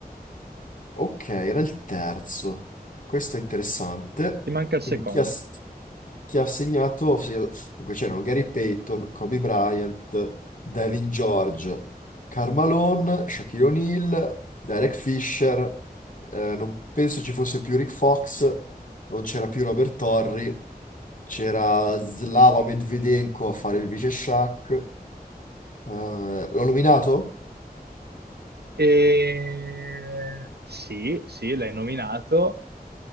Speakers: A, on the left; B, on the right.
A: Ok, era il terzo. Questo è interessante.
B: ti manca il
A: Quindi
B: secondo.
A: chi ha, chi ha segnato? ha segnato- Dunque c'erano Gary Payton, Kobe Bryant, Devin George, Karl Malone, Shaquille O'Neal, Derek Fisher. eh, non penso ci fosse più Rick Fox, non c'era più Robert Torrey, c'era Slava Medvedenko a fare il vice Shaq. Eh, l'ho nominato?
B: E... Sì, sì, l'hai nominato,